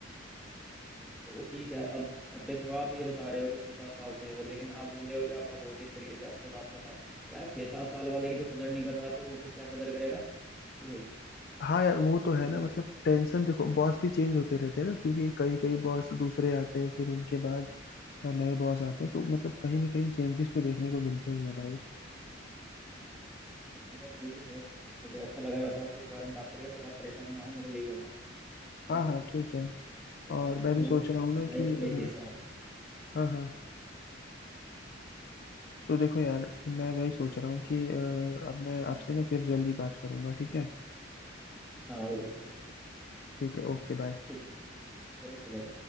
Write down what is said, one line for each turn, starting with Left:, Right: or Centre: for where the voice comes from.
Centre: तो ठीक है अब अब देखो आप ये बता रहे हो कि छह सात साल से हो लेकिन आप बोल रहे हो कि आपका बॉस इस तरीके से आपसे बात करता है यार छह सात साल वाले की जो कदर नहीं कर रहा है तो वो फिर क्या कदर करेगा कि वही
Left: हाँ यार वो तो है
Centre: तो
Left: ना मतलब टेंशन देखो बॉस भी चेंज होते रहते हैं ना क्योंकि कई कई बॉस दूसरे आते हैं फिर उनके बाद नए बॉस आते हैं तो मतलब कहीं ना कहीं चेंजेस तो देखने को मिलते ही है भाई
Centre: खैर जो भी है मुझे अच्छा लगा वैसे आपसे इस बारे में बात करके पर आप परेशान ना हो मैं तो यही कहूंगा
Left: हाँ
Centre: और
Left: हाँ ठीक है और
Centre: ये
Left: मैं
Centre: तो
Left: भी सोच रहा हूँ ना
Centre: लाइफ
Left: कि
Centre: का
Left: अ,
Centre: एक हिस्सा है
Left: हाँ हाँ तो देखो यार मैं वही सोच रहा हूँ कि अ, अब मैं
Centre: हम्म,
Left: आपसे ना फिर जल्दी बात करूंगा ठीक है
Centre: हाँ बिल्कुल बिल्कुल बिल्कुल।
Left: ठीक है ओके बाय
Centre: ठीक है ओके भाई